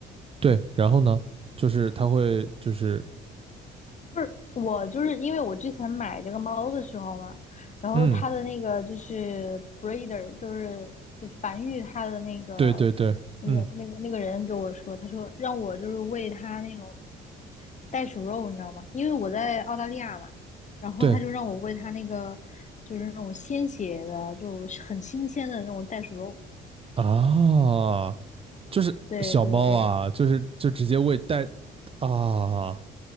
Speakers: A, on the right (about 25°); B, on the left (about 35°).
A: 对。然后呢，就是它会就是
B: 就是我就是因为我之前买这个猫的时候嘛，然后它的那个就是
A: 嗯，
B: breeder，就是就繁育它的那个
A: 对对对，
B: 那个那个那个人给我说，
A: 嗯
B: 他说让我就是喂它那种袋鼠肉，你知道吗？因为我在澳大利亚嘛，然后他就让我喂它那个就是那种鲜血的，
A: 对
B: 就是很新鲜的那种袋鼠肉。
A: 啊，就是小猫啊，
B: 对对对，
A: 就是就直接喂带啊，